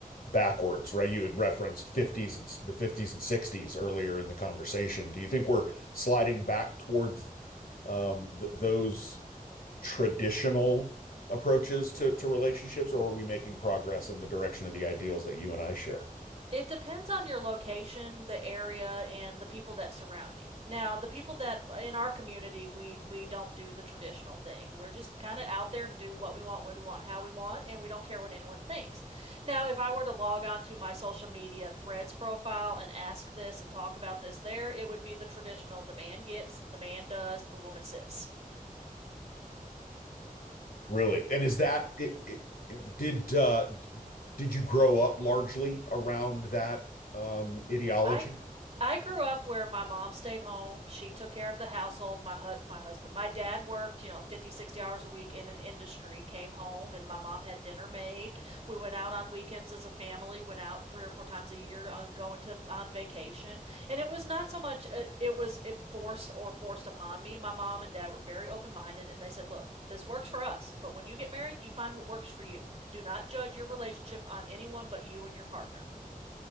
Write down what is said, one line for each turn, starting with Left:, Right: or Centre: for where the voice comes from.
Left: backwards, right? You had referenced fifties, and the 50s and 60s earlier in the conversation. Do you think we're sliding back towards um, th those traditional approaches to to relationships, or are we making progress in the direction of the ideals that you and I share?
Right: It depends on your location, the area, and the people that surround you. Now, the people that in our community, we we don't do the traditional thing. We're just kind of out there and do what we want, when we want, how we want, and we don't care what anyone thinks. Now, if I were to log on to my social media threads profile and ask this and talk about this there, it would be the traditional the man gets, the man does, the woman sits.
Left: Really? And is that it, it it- did uh did you grow up largely around that um ideology?
Right: I I grew up where my mom stayed home. She took care of the household, my hu- my husband. My dad worked, you know, 50 60 hours a week in an industry, came home and my mom had dinner made. We went out on weekends as a family, went out 3 or 4 times a year uh, going to on vacation. And it was not so much uh, it was enforced or forced upon me. My mom and dad were very open-minded and they said, "Look, this works for us, but when you get married, you find what works for you. Do not judge your relationship on anyone but you and your partner."